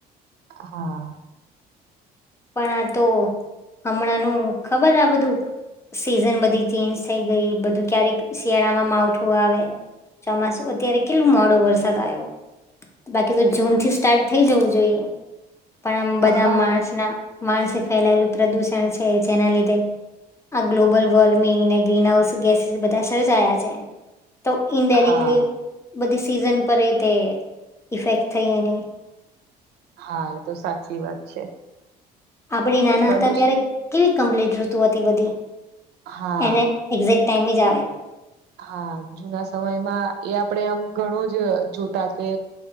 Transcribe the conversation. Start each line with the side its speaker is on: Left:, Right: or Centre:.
Right: હા
Left: પણ આ તો હમણાં ન ખબર આ બધું સીઝન બધી ચેન્જ થઈ ગઈ બધું ક્યારેક શિયાળામાં માવઠું આવે ચોમાસું અત્યારે કેટલો મોડો વરસાદ આવ્યો બાકી તો જૂન થી સ્ટાર્ટ થઈ જવું જોઈએ પણ આમ બધા
Right: હા
Left: માણસ ના માણસે ફેલાયેલું પ્રદૂષણ છે જેના લીધે આ ગ્લોબલ વોર્મિંગ ને ગ્રીન હાઉસ ગેસીસ બધા સર્જાયા છે તો ઇન્ડાયરેક્ટલી
Right: હા
Left: બધી સીઝન પર રતે ઇફેક્ટ થઈ એની
Right: હા એ તો સાચી વાત છે
Left: આપડી
Right: એટલે
Left: નાના
Right: પ્રદુષણ
Left: હતા ત્યારે કેવી કમ્પ્લીટ ઋતુ હતી બધી
Right: હા
Left: એને એક્ઝેક્ટ ટાઈમે જ આવે
Right: હા જુના સમયમાં એ આપણેે આમ ઘણું જ જોતા કે